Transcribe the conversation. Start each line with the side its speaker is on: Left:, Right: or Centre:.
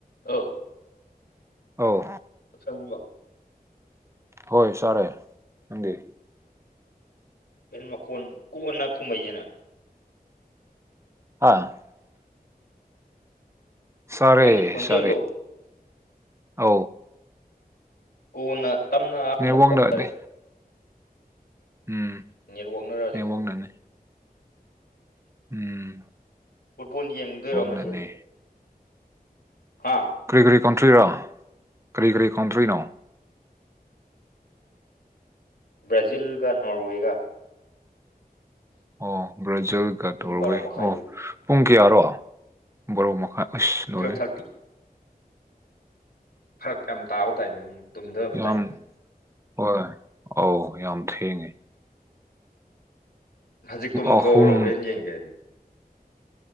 Left: ꯑ
Right: ꯑ
Left: ꯁꯔ
Right: ꯍꯣꯏ ꯁꯔꯦ ꯃꯗꯤꯔ
Left: ꯀ ꯃꯈꯀꯣꯟ ꯀꯣꯟꯅ ꯀꯨꯝꯍꯩꯁꯤꯅ
Right: ꯑ ꯁꯥꯔꯦ
Left: ꯅꯪꯒꯤ ꯈꯣꯟꯖꯦꯜꯗꯣ
Right: ꯁꯥꯔꯦ ꯑ
Left: ꯀꯣꯟꯅ ꯇꯝꯅ ꯈꯨꯝꯃꯛꯄ
Right: ꯅꯦꯠꯋꯥꯛꯅꯅꯦ
Left: ꯍꯥꯏꯇꯥꯔꯦ
Right: ꯎꯝ
Left: ꯅꯦꯠꯋꯥꯛꯅꯔꯛꯑꯗꯤ
Right: ꯅꯦꯠꯋꯥꯛꯅꯅꯦ
Left: ꯈꯪꯗꯦ
Right: ꯎꯝ
Left: ꯐꯨꯠꯕꯣꯜ ꯌꯦꯡꯗꯣꯏꯔꯣ ꯉꯁꯤ
Right: ꯅꯅꯦ
Left: ꯍꯥ
Right: ꯀꯔꯤ ꯀꯔꯤ ꯀꯟꯇ꯭ꯔꯤꯔ ꯀꯔꯤ ꯀꯔꯤ ꯀꯟꯇ꯭ꯔꯤꯅꯣ
Left: ꯕ꯭ꯔꯥꯖꯤꯜꯒ ꯅꯣꯔꯋꯦꯒ
Right: ꯑꯣ ꯕ꯭ꯔꯥꯖꯤꯜꯒ
Left: ꯄꯨꯡ
Right: ꯇꯣꯔꯋꯦ
Left: ꯕꯥꯔꯣ ꯃꯈꯥꯏꯗꯒꯤ
Right: ꯑꯣ ꯄꯨꯡ ꯀꯌꯥꯔꯣ ꯕꯣꯔꯣꯛ ꯃꯈꯥꯏ ꯑꯁ ꯂꯔꯦ
Left: ꯇꯨꯌꯦꯜꯞ ꯊꯥꯔꯇꯤ ꯐꯔꯛ ꯌꯥꯝ ꯇꯥꯕ ꯇꯥꯏꯃꯤꯡ ꯇꯨꯝꯊꯕ
Right: ꯌꯥꯝ
Left: ꯇꯥꯏꯃꯤꯡꯅꯤ
Right: ꯍꯣꯏ ꯑꯧ ꯌꯥꯝ ꯊꯦꯡꯉꯤ
Left: ꯍꯧꯖꯤꯛ ꯇꯨꯝꯊꯣꯛꯎ꯭ꯔꯣ
Right: ꯑꯍꯨꯝ
Left: ꯍꯣꯔꯦꯟ ꯌꯦꯡꯒꯦ ꯍꯥꯏꯗꯤ